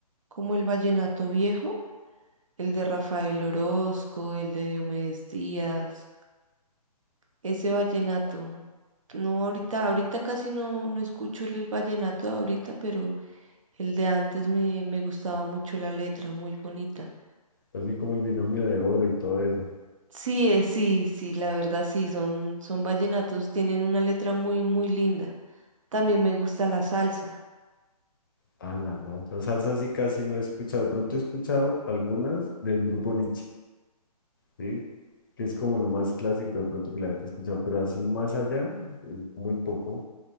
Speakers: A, on the right; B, on the left.
A: como el vallenato viejo, el de Rafael Orozco, el de Diomedes Díaz, ese vallenato. No, ahorita, ahorita casi no, no escucho el vallenato de ahorita, pero El de antes me, me gustaba mucho la letra, muy bonita.
B: así como el binomio de oro y todo eso.
A: Sí, eh, sí, sí, la verdad sí, son, son vallenatos, tienen una letra muy, muy linda. También me gusta la salsa.
B: Ah, la salsa. Salsa sí casi no he escuchado. De pronto he escuchado algunas del grupo Nietzsche, ¿sí? Que es como lo más clásico de pronto que la gente ha escuchado, pero así más allá, eh, muy poco.